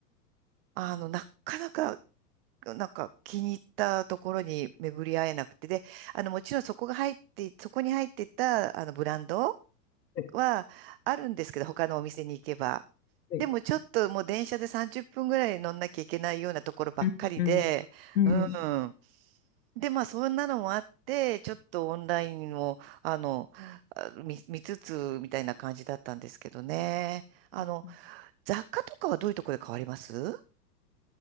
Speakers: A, on the right; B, on the left.
A: あの、なかなか、なんか気に入ったところに巡り合えなくて、で、あの、もちろんそこが入って、そこに入ってた、あの、ブランド
B: はい、はい、
A: はあるんですけど、他のお店に行けば。
B: はい。
A: でもちょっともう電車で30分ぐらい乗んなきゃいけないようなところばっかりで、
B: うん、うん、
A: う
B: う
A: ん。で、まあそんなのもあって、ちょっとオンラインも、あの、あ見、見つつみたいな感じだったんですけどね。あの、
B: ん。
A: 雑貨とかはどういうところで変わります